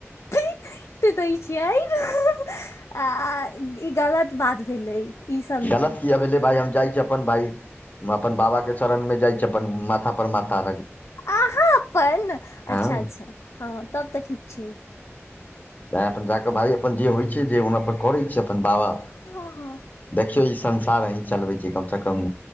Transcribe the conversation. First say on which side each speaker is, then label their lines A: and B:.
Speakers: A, on the left; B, on the left.
A: पिट दै छियै आ ई गलत बात भेलै ईसभ नहि
B: गलत किया भेलले भाइ हम जाइ छै अपन भाय अपन बाबा के शरण मे जाइ छै अपन माथा पर माथा
A: अहाँ अपन
B: हँ
A: अच्छा अच्छा हँ तब तऽ ठीक छै
B: तए अपन जा कऽ भाय अपन जे होइ छै जे हनापर करै छै अपन बाबा
A: हँ हँ
B: देखियौ ई संसार अही चलबै छै कमसँ कम